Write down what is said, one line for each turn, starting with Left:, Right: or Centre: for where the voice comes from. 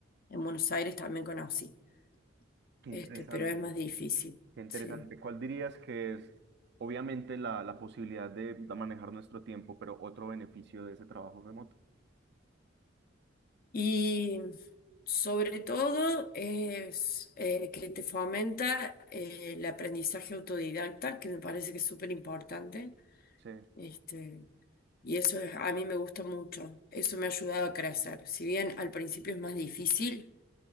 Left: en Buenos Aires también conocí.
Right: Qué interesante,
Left: Este, pero es más difícil,
Right: qué interesante.
Left: sí.
Right: ¿Cuál dirías que es, obviamente, la, la posibilidad de, de manejar nuestro tiempo, pero otro beneficio de ese trabajo remoto?
Left: Y sobre todo es eh, que te fomenta eh, el aprendizaje autodidacta, que me parece que es súper importante.
Right: Sí,
Left: Este, y eso es- a mí me gusta mucho. Eso me ha ayudado a crecer. Si bien al principio es más difícil,